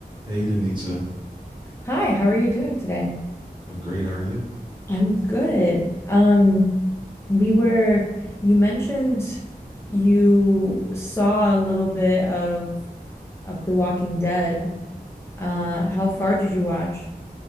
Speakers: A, on the right; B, on the left.
A: Hey, Danitza.
B: Hi, how are you doing today?
A: I'm great. How are you?
B: I'm good. Um, we were, you mentioned you saw a little bit of of The Walking Dead. Uh, how far did you watch?